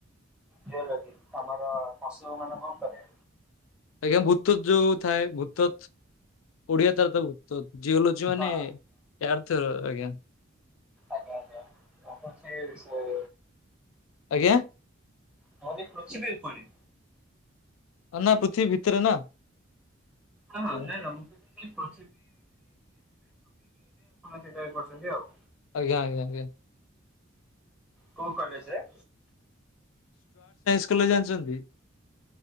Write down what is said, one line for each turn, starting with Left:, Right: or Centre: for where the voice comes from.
Centre: ଜିଓଲୋଜି, ଆମର ପଶୁ ମାନଙ୍କ ଉପରେ।
Left: ଆଜ୍ଞା ଭୂତ୍ବତ ଯୋଉ ଥାଏ ଭୂତ୍ବତ ଓଡିଆ ତାର ତ ଭୂତ୍ବତ ଜିଓଲୋଜି ମାନେ
Centre: ହଁ
Left: ଆର୍ଥ ଆଜ୍ଞା।
Centre: ଆଜ୍ଞା-ଆଜ୍ଞା ଆପଣ ସେଇ ସବୁ
Left: ଆଜ୍ଞା
Centre: ହନି <unintelligible> ଏପରି
Left: ଆନା ପୃଥିବୀ ଭିତରେ ନା।
Centre: ହଁ-ହଁ,
Left: ଆଜ୍ଞା।
Centre: ନା-ନା ମୁଁ <unintelligible> ଆପଣ ସେଇଟା କରଛନ୍ତି ଆଉ।
Left: ଆଜ୍ଞା-ଆଜ୍ଞା-ଆଜ୍ଞା।
Centre: କୋଉ କଲେଜରେ?
Left: ତିର୍ତୋଲ ଜାଣିଛନ୍ତି।